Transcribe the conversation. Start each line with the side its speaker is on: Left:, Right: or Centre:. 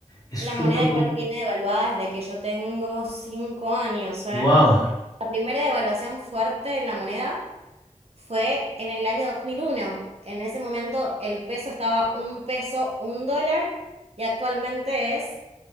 Left: Es
Right: La
Left: súper...
Right: moneda igual viene devaluada desde que yo tengo cinco años, ¿eh?
Left: ¡Wow!
Right: La primera devaluación fuerte de la moneda fue en el año 2001. En ese momento el peso estaba un peso, un dólar, y actualmente es